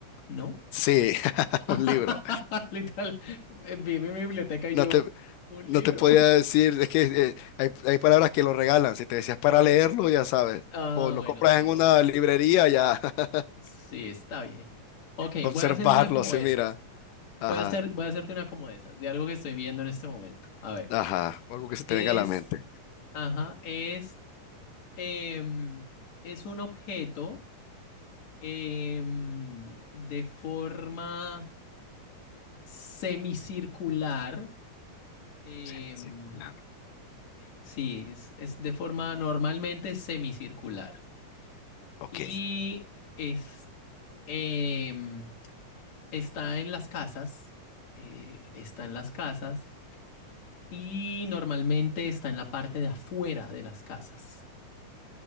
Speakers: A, on the left; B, on the left.
A: ¿no?
B: Sí, <laughs>
A: <laughs>
B: un libro.
A: Literal, vi mi biblioteca y
B: no
A: yo,
B: te
A: ¿un
B: No
A: libro?
B: te podía
A: <laughs>
B: decir, es que eh, hay, hay palabras que lo regalan. Si te decías para leerlo, ya sabes.
A: Ah,
B: O lo
A: bueno,
B: compras
A: sí,
B: en una
A: ok.
B: librería, ya. <laughs>
A: Sí, está bien. Ok,
B: Observarlo,
A: voy a hacer una como
B: se
A: esas.
B: mira. Ajá,
A: Voy a hacer, voy a hacerte una como esas, de algo que estoy viendo en este momento. A ver,
B: ajá. O algo que se te
A: es,
B: venga a la mente.
A: ajá, es, em, es un objeto em, de forma semicircular. em,
B: Semicircular.
A: sí, es, es de forma normalmente semicircular.
B: Ok,
A: Y es, em, Está en las casas, eh, está en las casas y normalmente está en la parte de afuera de las casas.